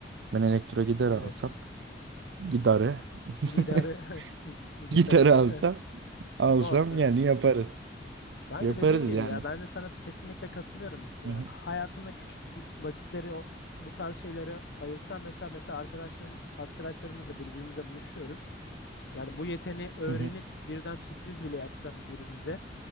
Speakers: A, on the right (about 85°); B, on the left (about 75°).
A: ben elektro gider
B: Evet.
A: alsam gitarı. <laughs>
B: Gitarı, <laughs> gi- gitarı
A: Gitarı alsam,
B: <laughs>
A: alsam
B: olsun.
A: yani yaparız.
B: Kanka
A: Yaparız
B: dediğin gibi
A: yani.
B: ya ben de sana kesinlikle katılıyorum. Ya
A: Hı hı,
B: hayatında küçük bu- vakitleri o- bu tarz şeylere ayırsan mesela mesela arkadaşlarım arkadaşlarımızla birbirimize buluşuyoruz. Yani bu yeteneği öğrenip
A: hı hı,
B: birden sürpriz bile yapsam birbirimize